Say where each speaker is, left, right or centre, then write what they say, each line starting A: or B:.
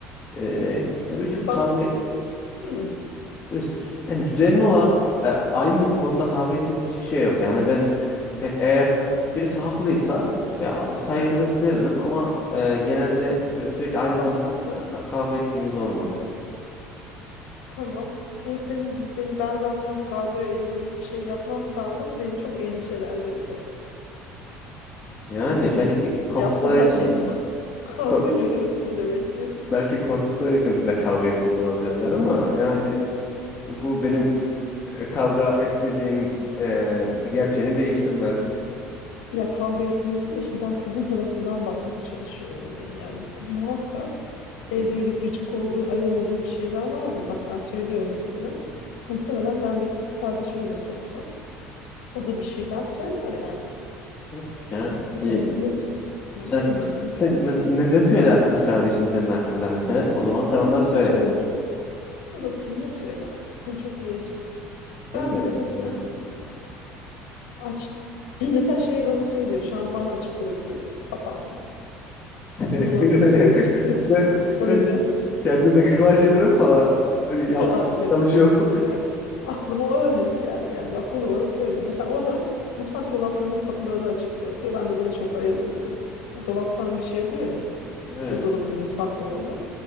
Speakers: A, on the left; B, on the left.
A: e, ya birçok
B: bak
A: kavga
B: s- hı.
A: böyle s- yani düzenli olarak e, aynı konuda kavga ettiğimiz hiçbir şey yok. Yani hani ben e, eğer birisi haklıysa ve a- saygı
B: Hı.
A: gösteririm ama e, genelde böyle sürekli aynı
B: haksızsın
A: konuda kav- ka- kavga ettiğimiz olmaz.
B: tamam. Bu senin biz beni ben zaten kavga edilecek bir şey yapmam tavrım beni çok endişelendirdi.
A: Yani
B: Çünkü
A: belki korktukları
B: yaptığın her
A: için
B: şeyi ha- haklı
A: ko-
B: görüyorsun demek ki.
A: belki korktukları için de kavga etmiyor olabilirler ama yani bu benim e, kavga etmediğim e, gerçeğini değiştirmez. <laughs>
B: Ya kavga etmiyorsun da işte ben kızın tarafından bakmaya çalışıyorum olaya. Yani bu kız muhakkak evde
A: Hı,
B: böyle gıcık olduğu, ayar olduğu bir şeyler vardır. Bak ben söylüyorum mesela. Muhtemelen ben de kız kardeşime de sorsam o da bir şeyler söyler yani.
A: Yok ya.
B: Mesela
A: İyi.
B: ne söyler
A: Sen,
B: bilmiyorum düşün.
A: sen mes- ne, ne söyler kız kardeşin senin hakkında mesela?
B: Şimdi
A: O zaman
B: evet
A: sen onları
B: ne
A: söyle.
B: söyler? Dur bakayım ne söyler? En çok neye söyler?
A: Sen
B: Ben
A: bile
B: de
A: bilmiyorsun.
B: mesela aç <clears throat> mesela şeyi bana söylüyor. Şampuanı açık bırakıyorum kapağını.
A: <laughs>
B: Bunu bana söylüyor. <laughs> Evet.
A: Sen,
B: O
A: sen
B: yüzden
A: kendin de gıcık olan şeyler ama
B: <laughs>
A: hani yapmaya
B: ya,
A: çalışıyorsun.
B: Hayır, aklıma o örnek geldi yani. Bak bunu bana söylüyor Mesela o da mutfak dolaplarının kapılarını açık bırakıyor. Ben de buna çok ayar oluyorum. Mesela dolaptan bir şey alıyor ya.
A: He.
B: Buzdolabı değil mutfak dolabı.